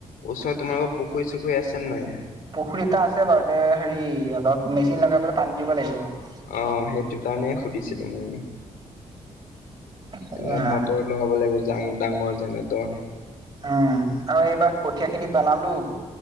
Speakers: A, on the left (about 80°); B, on the right (about 30°).
A: ওচৰত তোমাৰোকৰ পুখুৰী চুখুৰী আছে নাই
B: পুখুৰী এটা আছে বাৰু তে হেৰি মেচিন লগাই পেলাই পানী দিব লাগিব
A: অ', সেইটো কাৰণেই সুধিছিলো মই
B: এয়া
A: এনেকুৱা মটৰত লগাব লাগিবাং ডাঙৰ যেনে তই
B: উম আৰু এইবাৰ কঠিয় খিনি পেলালো